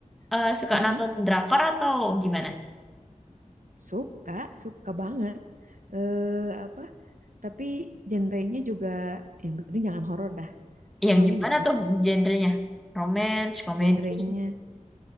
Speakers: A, in the centre; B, on the right (about 80°).
A: eh,
B: <laughs>
A: suka
B: Heeh.
A: nonton drakor atau gimana?
B: Suka, suka banget. Eh apa? Tapi genrenya juga yang penting jangan horor dah. Semuanya
A: Yang gimana
B: bisa.
A: tuh genrenya? Romance, komedi?
B: Genrenya